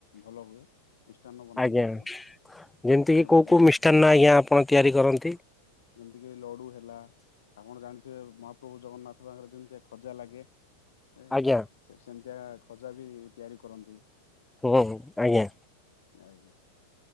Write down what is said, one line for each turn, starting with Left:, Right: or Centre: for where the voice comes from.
Left: ଭଲ ହୁଏ। ମିଷ୍ଟାନ୍ନ ବନାନ୍ତି
Centre: ଆଜ୍ଞା
Left: ସିଏ।
Centre: ଯେମିତି
Left: ବିଭିନ୍ନ
Centre: କିି କୋଉ
Left: ପ୍ରକାର
Centre: କୋଉ ମିଷ୍ଟାନ୍ନ ଆଜ୍ଞା ଆପଣ ତିଆରି କରନ୍ତି?
Left: ଯେମିତି କି ଲଡୁ ହେଲା, ଆପଣ ଜାଣିଥିବେ ମହାପ୍ରଭୁ ଜଗନ୍ନାଥଙ୍କ ପାଖରେ ଯେମିତିଆ ଖଜା ଲାଗେ ଏ
Centre: ଆଜ୍ଞା
Left: ସେମ ସେମିତିଆ ଖଜା ବି ତିଆରି କରନ୍ତି।
Centre: ହଁ, ଆୟାଁ।
Left: ଆଜ୍ଞା